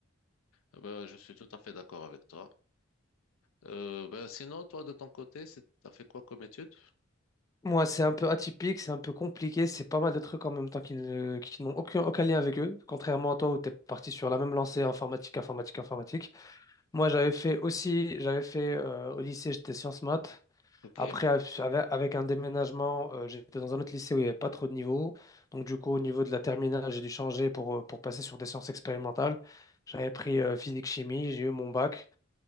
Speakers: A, on the left (about 80°); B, on the left (about 15°).
A: Eh ben, je suis tout à fait d'accord avec toi. Euh, ben sinon, toi, de ton côté, c'est, t'as fait quoi comme étude?
B: Moi, c'est un peu atypique, c'est un peu compliqué, c'est pas mal de trucs en même temps qui ne... qui n'ont aucun... aucun lien avec eux, contrairement à toi où tu es parti sur la même lancée informatique, informatique, informatique. Moi, j'avais fait aussi, j'avais fait euh, au lycée, j'étais sciences maths.
A: Ok.
B: Après, af- ave- avec un déménagement, euh, j'étais dans un autre lycée où il n'y avait pas trop de niveaux. Donc, du coup, au niveau de la terminale, j'ai dû changer pour, euh, pour passer sur des sciences expérimentales. J'avais pris euh, physique-chimie, j'ai eu mon bac.